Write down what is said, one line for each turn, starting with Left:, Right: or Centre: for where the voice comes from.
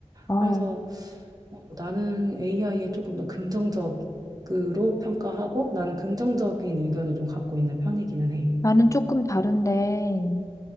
Left: 아,
Right: 그래서 어, 나는 AI에 조금 더 긍정적으로 평가하고 나는 긍정적인 의견을 좀 갖고 있는 편이기는 해.
Left: 나는 조금 다른데,